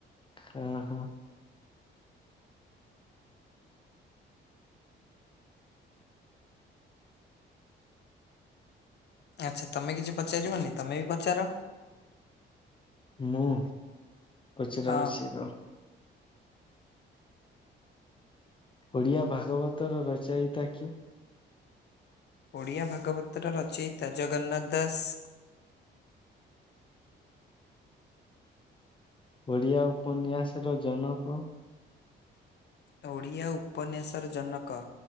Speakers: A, on the left; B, on the left.
A: ହଁ ହଁ,
B: ଆଚ୍ଛା ତମେ କିଛି ପଚାରିବନି ତମେ ବି ପଚାର।
A: ମୁଁ ପଚରାହଉଛି
B: ହଁ
A: ରହ। ଓଡିଆ ଭାଗବତ ର ରଚାଇତା କିଏ?
B: ଓଡ଼ିଆ ଭାଗବତର ରଚୟିତା ଜଗନ୍ନାଥ ଦାସ।
A: ଓଡ଼ିଆ ଉପନ୍ୟାସର ଜନକ?
B: ଓଡ଼ିଆ ଉପନ୍ୟାସର ଜନକ